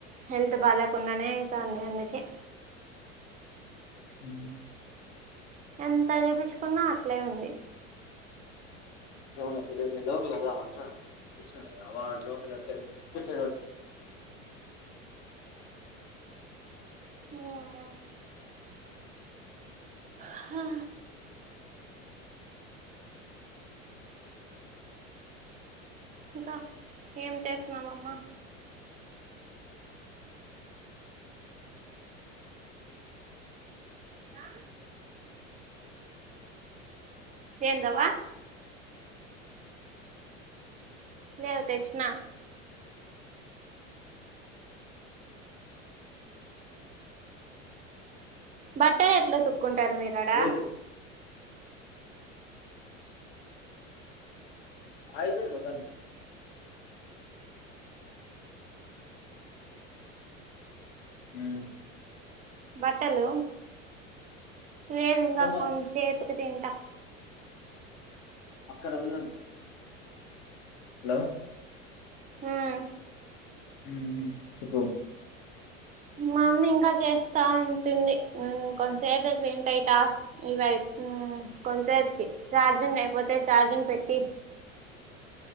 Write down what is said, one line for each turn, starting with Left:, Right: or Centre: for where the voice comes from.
Right: హెల్త్ బాలేకుంటనే ఐతాంది అందుకే
Left: హుమ్
Right: ఎంత చూపించుకున్నా అట్లే ఉంది
Left: ఏన్నా లోకల్ద మ కూర్చు అ లోకల్ కూర్చ
Right: ఆ హా ఇంకా ఏం చేసినావమ్మా రా ఏందవా లేవు తెచ్చినా బట్టలు ఎట్లా ఉతుకుతావ్ ఒకుంటారు మీరాడా
Left: లేదు ఆగిపోయింది మొత్తానికి హుమ్
Right: బట్టలు లేదు ఇంకా
Left: సోమవారం
Right: కొంసేపుకి తింటా
Left: అక్కడ ఉందంట హలో
Right: హుమ్
Left: ఊ ఊ చెప్పు
Right: మామ్మీ ఇంకా చేస్తా ఉంటుంది కొంతసేపు క వింటా ఈ టాస్క్ ఇవైపు కొంతసేపుకీ చార్జింగ్ అయిపోతే చార్జింగ్ పెట్టి